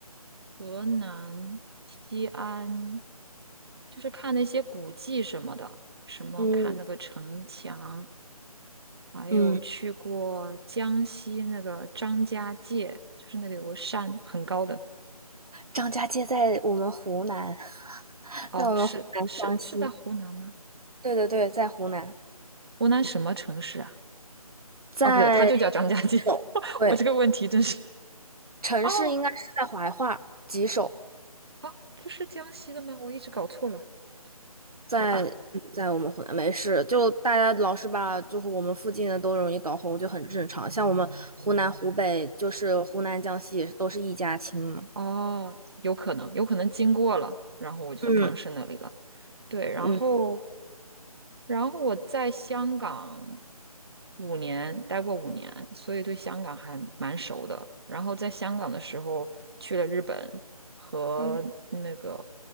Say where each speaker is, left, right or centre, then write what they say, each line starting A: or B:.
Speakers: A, on the right (about 40°); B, on the right (about 70°).
A: 河南、西安，就是看那些古迹什么的，什么看那个城墙，
B: 嗯
A: 还有去过江西那个张家界，
B: 嗯，
A: 就是那个有个山很高的。
B: 张家界在我们湖南，<laughs>
A: 哦，
B: 在我们湖南湘西。
A: 是是是在湖南吗？
B: 对对对，在湖南，
A: 湖南什么城市啊？
B: 在吉首。
A: 哦，不对，它就叫张家界。<laughs>
B: 对，
A: 我这个问题真是…… <laughs>
B: 城市应该是在怀化，
A: 哦，
B: 吉首。
A: 哦，不是江西的吗？我一直搞错了，
B: 在在我们湖南没事，
A: 好吧。
B: 就大家老是把就是我们附近的都容易搞混，就很正常。像我们湖南、湖北，就是湖南、江西也是都是一家亲嘛。
A: 哦，有可能，有可能经过了，然后我就当是那里了。
B: 嗯
A: 对，然后，
B: 嗯
A: 然后我在香港五年，待过五年，所以对香港还蛮熟的。然后在香港的时候，去了日本和那个
B: 嗯